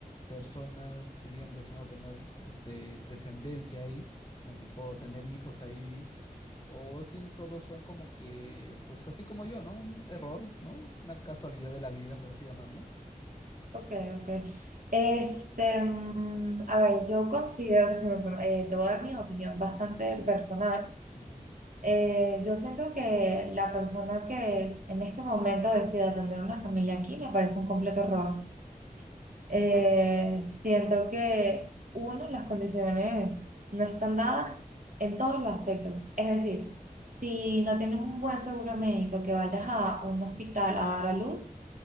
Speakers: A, on the left; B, on the right.
A: personas siguen deseando tener este, descendencia ahí, ¿no? Tipo tener hijos ahí, o si solo son como que, pues así como yo, ¿no? Un error, ¿no? Una casualidad de la vida, por así llamarlo.
B: Ok, ok. Este, mm, a ver, yo considero, o sea, si me pregun- eh, te voy a dar mi opinión bastante personal.
A: Ujú.
B: Eh, yo siento que la persona que en este momento decida tener una familia aquí me parece un completo error. Eh,
A: Uh,
B: siento que, uno, las condiciones no están dadas en todos los aspectos. Es decir, si no tienes un buen seguro médico que vayas a un hospital a dar a luz,